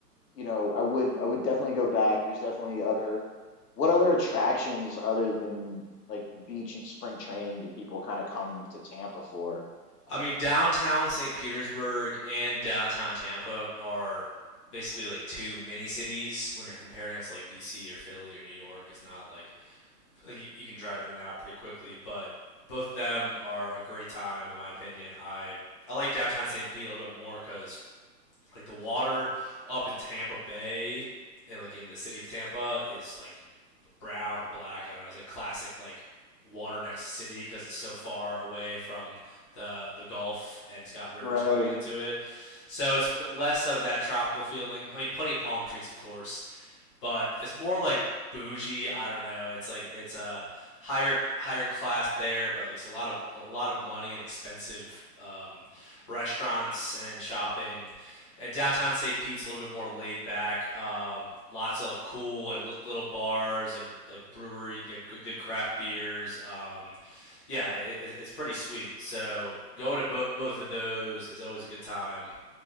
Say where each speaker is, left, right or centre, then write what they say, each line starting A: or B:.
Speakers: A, on the left; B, on the left.
A: you know, I would, I would definitely go back. There's definitely other, what other attractions other than like the beach and spring training do people kind of come to Tampa for?
B: I mean, downtown St. Petersburg and downtown Tampa are basically like two mini cities when you're comparing it to like DC or Philly or New York. It's not like like you, you can drive in and out pretty quickly. But both of them are a great time, in my opinion. I I like downtown St. Pete a little bit more because like the water up in Tampa Bay, and, like in the city of Tampa, is like brown or black. I don't know. It's like classic like water next to city because it's so far away from the the Gulf and it's got rivers
A: Right,
B: coming into it. So it's less of that tropical feeling. I mean, plenty of palm trees, of course, but it's more like bougie. I don't know. It's like it's a higher higher class there, but like it's a lot of a lot of money and expensive um, restaurants and shopping. At downtown St. Pete's, a little bit more laid back. Um, lots of cool like li- little bars, like like brewery, get good, good craft beers. Um, yeah, it, it's pretty sweet. So going to bo- both of those is always a good time